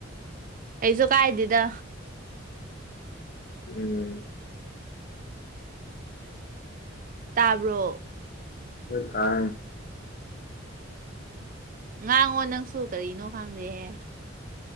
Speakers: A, on the right (about 45°); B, on the left (about 50°).
A: ꯀꯩꯁꯨ ꯀꯥꯏꯗꯦꯗ
B: ꯎꯝ
A: ꯇꯥꯕ꯭ꯔꯣ
B: <unintelligible> ꯀꯥꯏ
A: ꯉꯥꯡꯉꯣ ꯅꯪꯁꯨ ꯀꯔꯤꯅꯣ ꯈꯪꯗꯦꯍꯦ